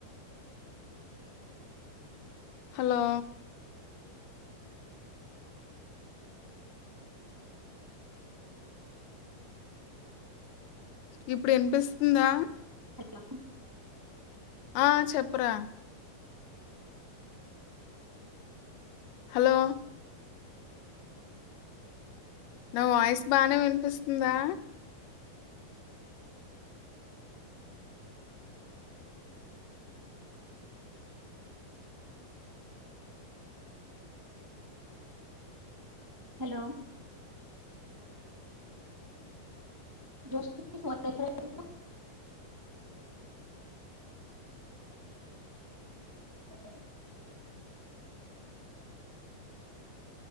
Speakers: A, on the left (about 85°); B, on the right (about 30°).
A: హలో ఇప్పుడు ఇనిపిస్తుందా
B: హలో
A: ఆ చెప్పురా హలో నా వాయిస్ బానే వినిపిస్తుందా
B: హలో జ ఫ అ